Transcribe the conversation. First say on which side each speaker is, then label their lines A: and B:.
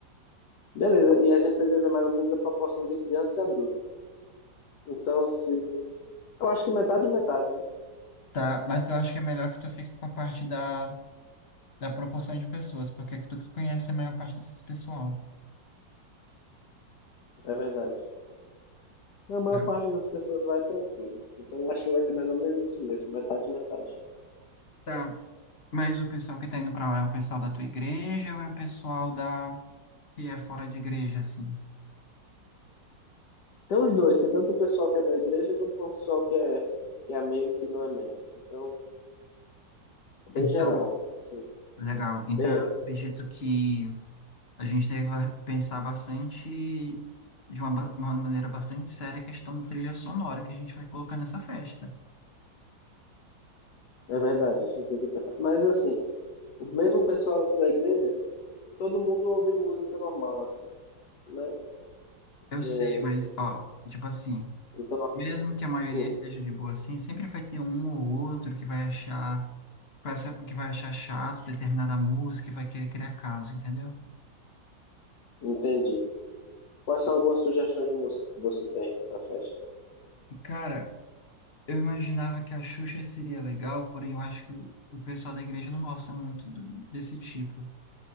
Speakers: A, on the left; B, on the left.
A: Beleza, e a gente precisa ver mais ou menos a proporção de criança e adulto. Então, se. Eu acho que metade é metade, né?
B: Tá, mas eu acho que é melhor que tu fique com a parte da, da proporção de pessoas, porque é que tu que conhece a maior parte desses pessoal.
A: É verdade. A maior
B: Tá,
A: parte das pessoas lá é tranquila. Então, eu acho que vai ser mais ou menos isso mesmo, metade, metade.
B: Tá, mas o pessoal que tá indo pra lá é o pessoal da tua igreja ou é o pessoal da que é fora de igreja, assim?
A: Tem os dois, tem tanto o pessoal que é da igreja quanto o pessoal que é, que é amigo que não é membro. Então, é bem
B: Então,
A: geral, assim,
B: legal. Então,
A: bem
B: eu
A: amplo.
B: acredito que a gente deve pensar bastante, de uma, ba- uma maneira bastante séria, a questão da trilha sonora que a gente vai colocar nessa festa.
A: É verdade, a gente precisa pensar. Mas, assim, o mesmo pessoal da igreja, todo mundo ouve música normal, assim, né?
B: Eu
A: No...
B: sei, mas, ó, tipo assim.
A: Então,
B: Mesmo que a maioria
A: hum,
B: esteja de boa assim, sempre vai ter um ou outro que vai achar, vai achar- que vai achar chato determinada música e vai querer criar caso, entendeu?
A: entendi. Quais são algumas sugestões de músicas que você tem para festa?
B: E, Cara, eu imaginava que a Xuxa seria legal, porém eu acho que o pessoal da igreja não gosta muito do- desse tipo.